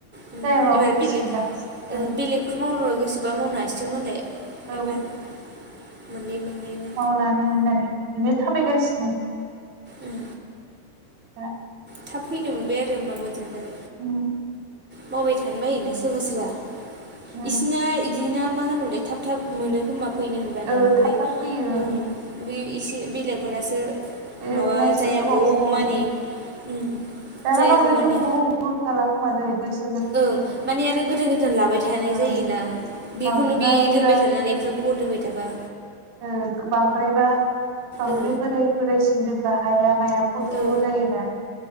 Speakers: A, in the centre; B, on the right.
A: अम
B: जायाबाबो
A: एबार
B: फैसिगोनदां
A: बेलेग ओ
B: ओं
A: बेलेग फोर मावनो गोसोबा मावनो हसिगोन मालाय
B: औ
A: एबार मोननै मोननै नो
B: आव लानो होननानै बेनो थाबायगासिन।
A: उम
B: दा
A: थाब फैनो मोनबाय आरो होनबा मोजां जाबाय।
B: अम
A: मावबाय थानो बायोना सोरबा-सोरबा
B: उम
A: इसिना इद दिना मा होनोमलाय थाब थाब मोनो खोमा फैनो होनब्लानो
B: ओ
A: ओमफ्राय
B: थाब थाब फैयो
A: ओं बि एसे बेलेगफोरनासो
B: बेलेगफोरना
A: माबा
B: एसे
A: जायागौ
B: गोबाव गोबाव
A: मानि उम
B: दाना
A: जायागौ
B: बांद्राय
A: मानि
B: गोबाव-गोबाव होखाला खोमा दै बैस
A: ओं माने आरो गोदान-गोदान लाबाय थानाय
B: ओ
A: जायोना बिखौनो
B: बांद्रायबा
A: बि दोनबाय थानानै बिराद गोबाव दोनबाय थाबा
B: ओ बांद्रायबा बांद्राय
A: ओ
B: बोराय बोरायसिम दोनबा हाया माया खस्थ'
A: ओ
B: जायोना